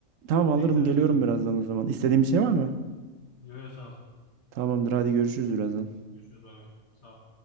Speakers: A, on the right; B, on the left.
A: Tamam alırım
B: Excel açalım.
A: geliyorum birazdan o zaman. İstediğin bir şey var mı?
B: Yo yo sağ ol.
A: Tamamdır hadi görüşürüz birazdan.
B: Görüşürüz. Bay bay. Sağ ol.